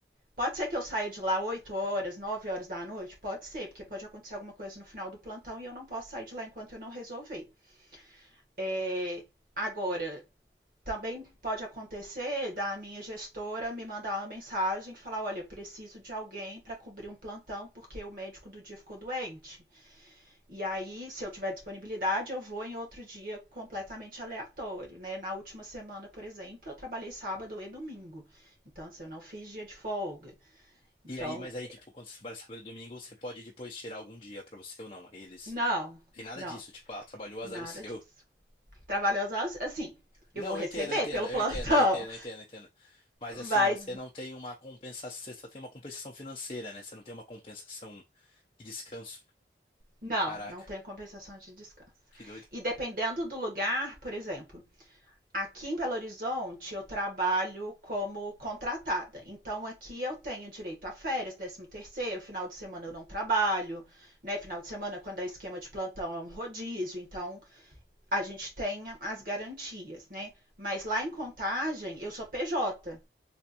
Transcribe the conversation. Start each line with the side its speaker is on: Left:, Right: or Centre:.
Right: Pode ser que eu saia de lá 8 horas, 9 horas da noite? Pode ser, porque pode acontecer alguma coisa no final do plantão e eu não posso sair de lá enquanto eu não resolver. É, Agora, também pode acontecer da minha gestora me mandar uma mensagem e falar: olha, preciso de alguém para cobrir um plantão porque o médico do dia ficou doente. E aí, se eu tiver disponibilidade, eu vou em outro dia completamente aleatório, né? Na última semana, por exemplo, eu trabalhei sábado e domingo. Então, assim, eu não fiz dia de folga. Então,
Left: E aí, mas aí, tipo, quando você trabalha sábado e domingo, você pode depois tirar algum dia pra você ou não. Eles.
Right: não,
Left: Tem nada
Right: não,
Left: disso, tipo, ah, trabalhou, azar
Right: nada
Left: o seu.
Right: disso. Trabalhei às horas, assim,
Left: Não,
Right: eu vou receber
Left: eu entendo, eu entendo,
Right: pelo
Left: eu
Right: <laughs> plantão,
Left: entendo, eu entendo, eu entendo, eu entendo. Mas
Right: mas
Left: assim, você não tem uma compensação, você só tem uma compensação financeira, né? Você não tem uma compensação de descanso.
Right: não,
Left: Caraca,
Right: não tem compensação de descanso.
Left: que doido.
Right: E dependendo do lugar, por exemplo, Aqui em Belo Horizonte, eu trabalho como contratada. Então, aqui eu tenho direito a férias, décimo terceiro, final de semana eu não trabalho, né? Final de semana, quando é esquema de plantão, é um rodízio. Então, a gente tem as garantias, né? Mas lá em Contagem, eu sou PJ.